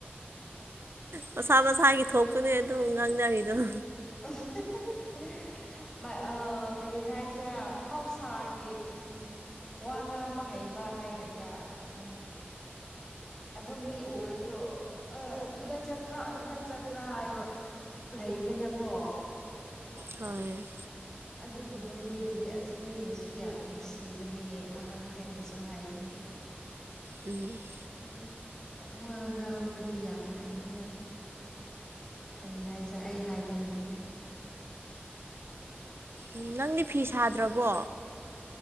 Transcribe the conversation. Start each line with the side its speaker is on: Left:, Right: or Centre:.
Right: ꯃꯁꯥ ꯃꯁꯥꯒꯤ ꯊꯣꯛꯄꯅꯦ ꯑꯗꯨꯝ ꯉꯥꯡꯅꯔꯤ ꯑꯗꯨꯝ
Left: <unintelligible> ꯑ ꯀꯔꯤ ꯍꯥꯏꯁꯤꯔ ꯃꯍꯧꯁꯥꯒꯤ ꯎꯝ ꯋꯥ ꯉꯥꯡꯕ ꯍꯩꯕ ꯍꯥꯏꯒꯗ꯭ꯔꯥ ꯈꯪꯗꯦ ꯑꯗꯨꯣꯝ ꯃꯤ ꯎꯔꯁꯨ ꯑꯗꯨꯗ ꯆꯠꯄ꯭ꯔꯥ ꯑꯗꯨꯗ ꯆꯠꯄ꯭ꯔꯥ ꯍꯥꯏꯕ ꯂꯩꯗꯅꯀꯣ
Right: ꯍꯣꯏ
Left: ꯑꯗꯨꯒꯨꯝꯕ ꯃꯤꯗꯨꯗꯤ ꯑꯁ ꯃꯤꯅꯁꯨ ꯌꯥꯝ ꯅꯨꯡꯁꯤꯕꯅꯦꯍꯦ ꯑꯍꯟꯈꯩꯅꯁꯨ ꯍꯥꯏꯕꯅꯦ ꯎ
Right: ꯎꯝ
Left: ꯑꯗꯨꯅ ꯋꯥ ꯉꯥꯡꯕꯗꯤ ꯌꯥꯝ ꯍꯩꯒꯗꯕꯅꯤ ꯀꯔꯤ ꯍꯥꯏꯗ꯭ꯔꯥ ꯑꯩ ꯍꯥꯏꯕ ꯍꯩꯇ꯭ꯔꯦ
Right: ꯎꯝ ꯅꯪꯗꯤ ꯐꯤ ꯁꯥꯗ꯭ꯔꯕꯣ